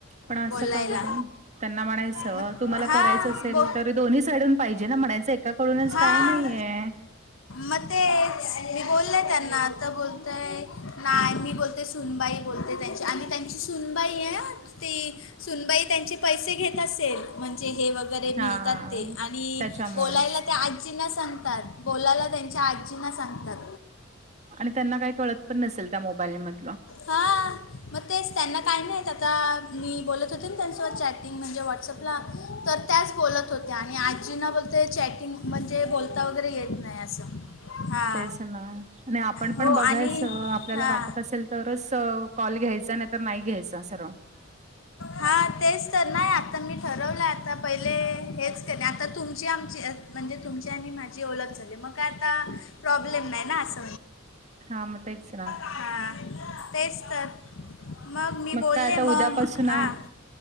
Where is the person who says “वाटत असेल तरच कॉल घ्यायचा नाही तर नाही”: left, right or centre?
Right